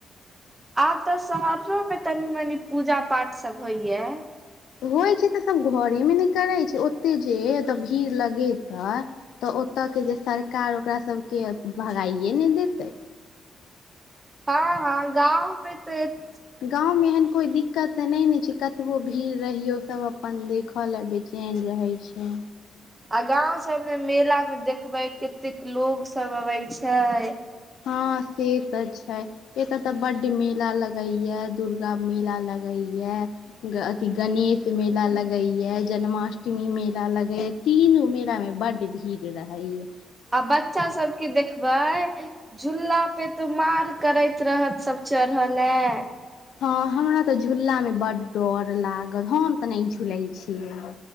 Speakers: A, on the right; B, on the left.
A: आब तऽ शहरो मे कनी -मनी पूजा पाठ सब होइया।
B: होइ छै तऽ सब घरे मे नै करै छै ओते जे ओतऽ भीड़ लगेतै। तऽ ओतऽ के जे सरकार ओकरा सब के भगाइए नै देतै।
A: हँ हँ गाँवमे तऽ एत
B: गाँंव मे एहन कोइ दिक्कत तऽ नै ने छै कतबो भीड़ रहियौ सब अपन देखऽ लए बेचैन रहै छै।
A: आ गाँव सब मे मेला मे देखबे कतेक लोग सब अबेै छैय।
B: हँ से तऽ छै। एतअ तऽ बड मेला लगैया दुर्गा मेला लगैया। अथि गणित मेला लगैया जन्माष्टमी मेला लगैय तीनू मेला मे बड भीर रहै या।
A: आ बच्चा सबके देखबै। झूला पे तो मार करैत रहत सब चढ़ऽ लए।
B: हँ हमरा तऽ झूलला मे बड डर लागल हम तऽ नै झूलेै छियै।